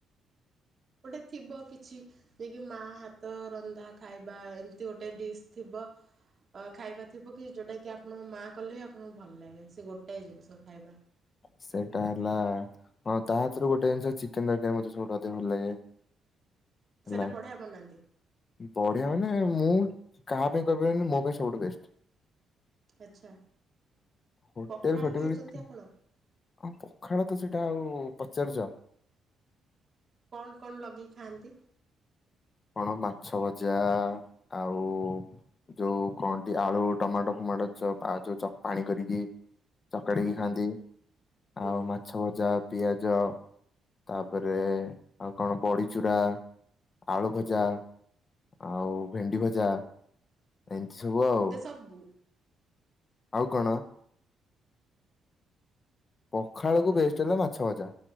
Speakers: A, on the right; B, on the left.
A: ଗୋଟେ ଥିବ କିଛି। ଯିଏକି ମା ହାତ ରନ୍ଧା ଖାଇବା ଏମିତି ଗୋଟେ ଡିସ୍ ଥିବ। ଅ ଖାଇବା ଥିବ କି ଯୋଉଟା କି ଆପଣଙ୍କ ମା କଲେ ହ ଆପଣଙ୍କୁ ଭଲ ଲାଗେ ସେ ଗୋଟାଏ ଜିନିଷ ଖାଇବା।
B: ସେଟା ହେଲା। ହଁ ତା ହାତରୁ ଗୋଟେ ଜିନିଷ ଚିକେନ ତରକାରୀ ମତେ ସବଠୁ ଅଧିକ ଭଲ ଲାଗେ। ହେଲା।
A: ସେଇଟା ବଢ଼ିଆ ବାନାନ୍ତି।
B: ବଢିଆ ମାନେ ମୁଁ କାହା ପାଇଁ କହିବିନି ମୋ ପାଇଁ ସବୁଠୁ ବେଷ୍ଟ।
A: ଆଚ୍ଛା
B: ହୋଟେଲ
A: ପଖାଳ
B: ଫୋଟେଲ
A: ଖାଇଛନ୍ତି
B: କି-
A: ଆପଣ।
B: ହଁ ପଖାଳ ତ ସେଇଟା ଆଉ ପଚାରୁଛ।
A: କଣ କଣ ଲଗେଇ ଖାଆନ୍ତି।
B: କଣ ମାଛ ଭଜା ଆଉ। ଯୋଉ କଣନ୍ତି ଆଳୁ, ଟମାଟୋ ଫମାଟୋ ଯୋଉ ପାଣି କରିକି। ଚକଡିକି
A: ହୁଁ
B: ଖାଆନ୍ତି
A: ହୁଁ
B: ଆଉ ମା ମାଛଭଜା, ପିଆଜ, ତାପରେ ଆଉ କଣ ବଡ଼ିଚୁରା। ଆଳୁଭଜା
A: ହୁଁ
B: ଆଉ ଭେଣ୍ଡିଭଜା ଏମିତି ସବୁ ଆଉ।
A: କବୁ <unintelligible>
B: ଆଉ କଣ। ପଖାଳକୁ
A: ଆଉ ତାହେଲେ
B: ବେଷ୍ଟ ହେଲେ ମାଛଭଜା